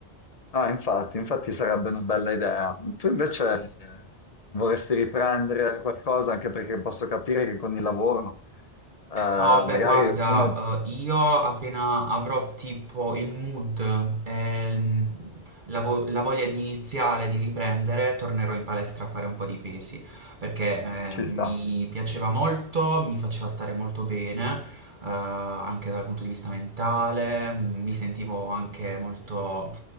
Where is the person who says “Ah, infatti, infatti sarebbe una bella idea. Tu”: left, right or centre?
Left